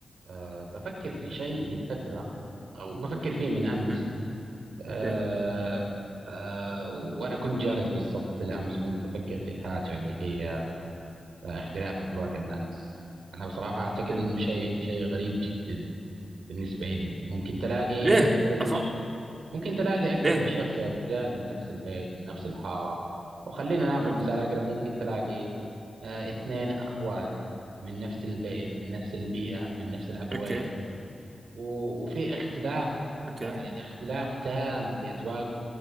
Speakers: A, on the right; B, on the right.
A: أه بفكر في شيء من فترة أو بفكر فيه من أمس
B: مهم.
A: أه
B: اوكي
A: أه وأنا كنت جالس بالسطح بالأمس كنت بفكر في حاجة اللي هي آه، اختلاف أذواق الناس أنا بصراحة أعتقد
B: اوكي
A: إنه شيء شيء غريب جدا بالنسبة لي ممكن تلاقي
B: ليه
A: أكثر من
B: أفا
A: ش... ممكن تلاقي أكثر
B: ليه
A: من شخص يا رجال من نفس البيت من نفس الحارة وخلينا ناخذ
B: مهم.
A: مثال أقرب ممكن تلاقي أه اثنين أخوان من نفس البيت من نفس البيئة من نفس الأبوين
B: اوكي
A: و- وفي اختلاف
B: اوكي
A: يعني اختلاف تام في أذواق